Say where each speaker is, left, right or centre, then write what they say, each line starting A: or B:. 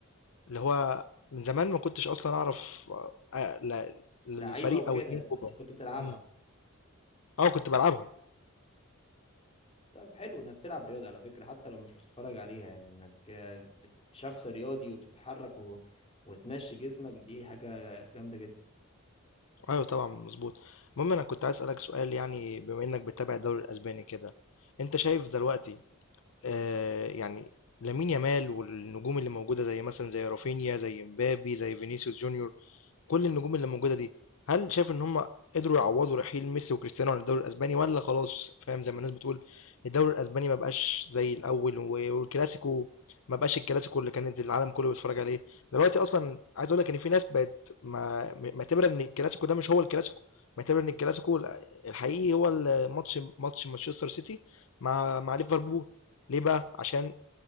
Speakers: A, on the left (about 70°); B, on the left (about 30°).
A: اللي هو من زمان ما كنتش اصلا اعرف آه، لا- الفريق
B: لعيبه وكده
A: او اتنين كوره
B: بس كنت بتلعبها
A: امم اه كنت بلعبها
B: طيب حلو انك تلعب رياضه على فكره حتى لو مش بتتفرج عليها يعني انك آه، بت- شخص رياضي وبتتحرك و... وتمشي جسمك دي حاجه جامده جدا
A: ايوه طبعا مظبوط المهم انا كنت عايز اسالك سؤال يعني بما انك بتتابع الدوري الاسباني كده انت شايف دلوقتي آه يعني لامين يامال والنجوم اللي موجوده زي مثلا زي رافينيا زي مبابي زي فينيسيوس جونيور كل النجوم اللي موجودة دي، هل شايف إن هم قدروا يعوّضوا رحيل ميسي وكريستيانو عن الدوري الأسباني والّا خلاص فاهم زي ما الناس بتقول الدوري الأسباني ما بقاش زي الأول و والكلاسيكو ما بقاش الكلاسيكو اللي كانت العالم كله بيتفرّج عليه، دلوقتي أصلًا عايز أقول لك إن في ناس بقت ما معتبرة إن الكلاسيكو ده مش هو الكلاسيكو، معتبرة إن الكلاسيكو ال الحقيقي هو ال ماتش ماتش مانشستر سيتي مع مع ليفربول، ليه بقى؟ عشان